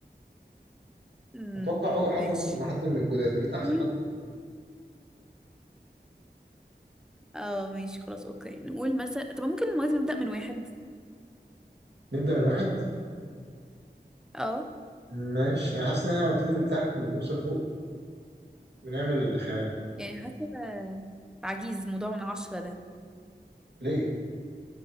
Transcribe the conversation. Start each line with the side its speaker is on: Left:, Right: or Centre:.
Centre: مم،
Right: اتوقع اول حد
Centre: ماشي
Right: ممكن يبقى حد من الجداد مين
Centre: <laughs>
Right: احسن
Centre: مم.
Right: حد
Centre: اه ماشي خلاص اوكي نقول مثلا طب ممكن دلوقتي نبدأ من واحد
Right: نبدا من واحد
Centre: اه
Right: ماشي انا حاسس ان احنا بنبتدي من تحت لما بنوصل فوق بنعمل خناقه
Centre: يعني حاسة عجيز موضوع من عشرة ده
Right: ليه